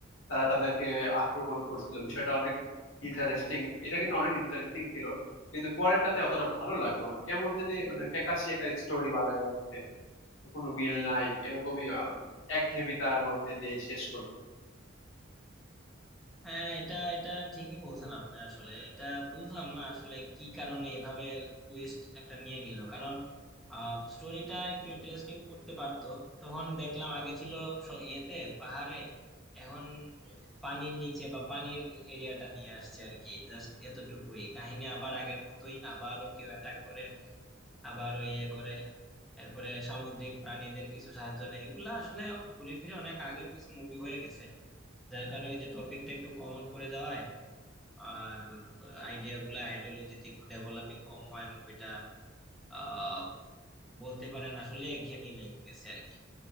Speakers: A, on the left (about 85°); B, in the centre.
A: তারা তাদেরকে আক্রমণ করছিল বিষয়টা অনেক ইন্টারেস্টিং এটা কিন্তু অনেক ইন্টারেস্টিং ছিল কিন্তু পরেরটাতে অতটা ভালো লাগলো না কেমন জানি মানে ফ্যাকাশে একটা স্টোরি বানায় রাখছে কোনো মিল নাই এরকমই আবার একঘেয়েমিতার মধ্যে দিয়ে শেষ করছে
B: হ্যাঁ এটা এটা ঠিকই বলছেন আপনি আসলে এটা বুঝলাম না আসলে কি কারণে এভাবে টুইস্ট একটা নিয়ে নিল কারণ স্টোরিটা একটু ইন্টারেস্টিং করতে পারতো তখন দেখলাম আগে ছিল স- ইয়েতে পাহাড়ে এখন পানির নিচে বা পানির এরিয়াটা নিয়ে আসছে আর কি জাস্ট এতটুকুই কাহিনী আবার আগের মতোই আবারও কেউ অ্যাটাক করে আবারও ইয়ে করে এরপরে সামুদ্রিক প্রাণীদের কিছু সাহায্য নেয় এগুলা আসলে ঘুরে ফিরে অনেক আগেও কিছু মুভি হয়ে গেছে যার কারণে ওই যে টপিকটা একটু কমন পড়ে যাওয়ায় আর আইডিয়া গুলা আইডিওলজিতে একটু ডেভেলপিং কম হয় মুভিটা আহ বলতে পারেন আসলে একঘেয়েমি লেগে গেছে আর কি